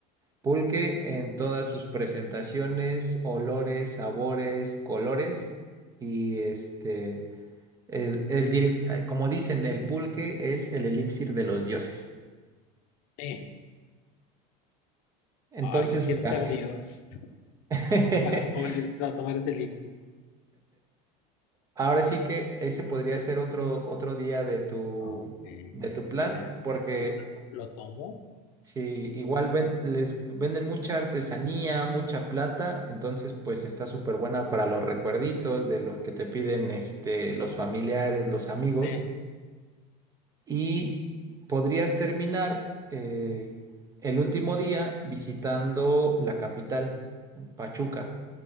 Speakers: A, on the right; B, on the left.
A: Pulque en todas sus presentaciones, olores, sabores, colores. Y este, el, el dir- como dicen, el pulque es el elixir de los dioses.
B: Eh,
A: Entonces,
B: ay, yo quiero
A: mira,
B: ser Dios
A: <laughs>
B: para tomar, ese- para tomar ese líquido.
A: ahora sí que ese podría ser otro, otro día de tu,
B: Ok, de
A: de tu plan,
B: mi viaje.
A: porque
B: Lo, lo tomo.
A: si igual ven- les venden mucha artesanía, mucha plata, entonces pues está súper buena para los recuerditos de lo que te piden este, los familiares, los amigos,
B: Eh,
A: y podrías terminar eh, el último día visitando la capital, Pachuca.